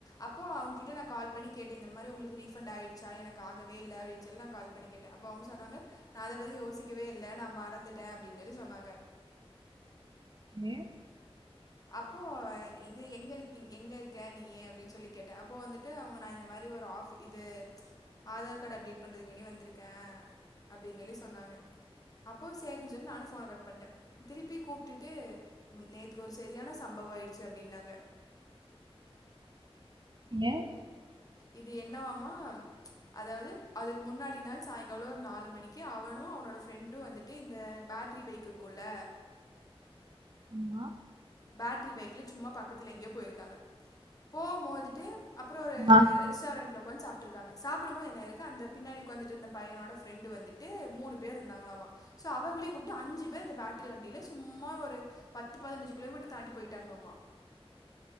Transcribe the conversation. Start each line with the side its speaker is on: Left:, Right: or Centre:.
Left: அப்போ அவுங்க கிட்ட நான் கால் பண்ணி கேட்டேன் இந்த மாரி உங்களுக்கு ரீஃபண்ட் ஆயிடுச்சா எனக்கு ஆகவே இல்ல அப்டினு சொல்லி நான் கால் பண்ணி கேட்டேன் அப்ப அவுங்க சொன்னாங்க நான் அதை பத்தி யோசிக்கவே இல்ல நான் மறந்துட்டேன் அப்டின்னு சொல்லி சொன்னாங்க
Right: ஏன்
Left: அப்போ இது எங்க இருக்கீ எங்க இருக்கே நீ அப்டின்னு சொல்லி கேட்டன் அப்போ வந்துட்டு அவுங்க நான் இந்த மாரி ஒரு ஆபிஸ் இது ஆதார் கார்டு அப்டேட் பண்றதுக்கு வேண்டி வந்ருக்கேன் அப்டின்னு சொல்லி சொன்னாங்க அப்போ சரின்னு சொல்லி நானும் போன கட் பண்ணிட்டேன் திருப்பி கூப்டுட்டு முன்நேற்று சரியான சம்பவம் ஆயிடுச்சு அப்டின்னாங்க
Right: ஏன்
Left: இது என்னவாமா ச் அதாவது அதுக்கு முன்னாடி நாள் சாய்ங்காலம் ஒரு நாலு மணிக்கு அவனும் அவனோட ஃப்ரெண்டும் வந்துட்டு இந்த பேட்ரி பைக் இருக்கும்ல
Right: அம்மா
Left: பேட்ரி பைக்ல சும்மா பக்கத்துல எங்கேயோ போயிருக்காங்க போகும் போதுட்டு அப்புறம் ஒரு
Right: ஆ
Left: ரெஸ்டாரண்ட்ல உட்கார்ந்து சாப்புட்டுருக்காங்க சாப்புடும் போது என்ன ஆயிருக்கு பின்னாடி உட்கார்ந்து இருந்த பயனோட பிரண்ட் வந்துட்டு மூணு பேரு இருந்தாங்கலாமா சோ அவங்களையும் கூப்டு அஞ்சு பேரு அந்த பேற்றி வண்டியில சும்மா ஒரு பத்து பதனஞ்சு கிலோமீட்டர் தாண்டி போயிட்டாங்களாமா